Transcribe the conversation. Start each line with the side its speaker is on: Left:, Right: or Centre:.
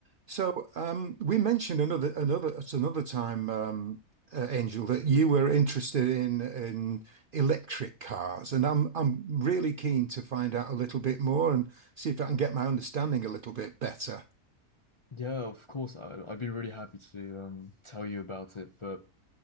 Right: So um, we mentioned another another at another time, um, uh, Angel, that you were interested in in electric cars, and I'm I'm really keen to find out a little bit more and see if I can get my understanding a little bit better.
Left: Yeah, of course. I, I'd be really happy to um, tell you about it. But